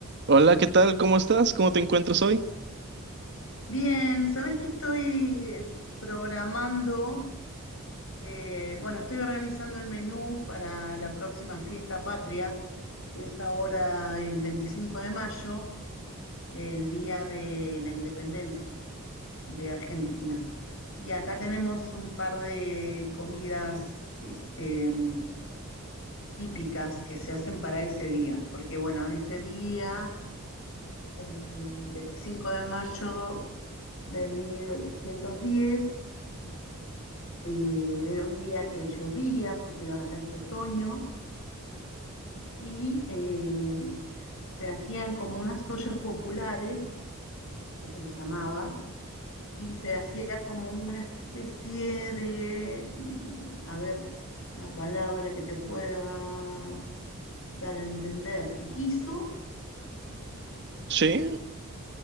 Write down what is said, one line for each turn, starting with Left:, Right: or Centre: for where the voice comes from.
Right: Hola, ¿qué tal? ¿Cómo estás? ¿Cómo te encuentras hoy?
Left: Bien, sabés que estoy eh, programando, eh, bueno, estoy organizando el menú para la próxima fiesta patria, que es ahora el 25 de mayo, el día de la independencia de Argentina. Y acá tenemos un par de comidas, este, mm, típicas que se hacen para ese día, porque bueno, ese día, el 25 de mayo de mil ochocientos diez Eh, era un día que llovía, porque acá es otoño, y eh, se hacían como unas ollas populares, que se les llamaba, y se hacía como una especie de, mm, a ver, una palabra que te pueda dar a entender, guiso
Right: Sí,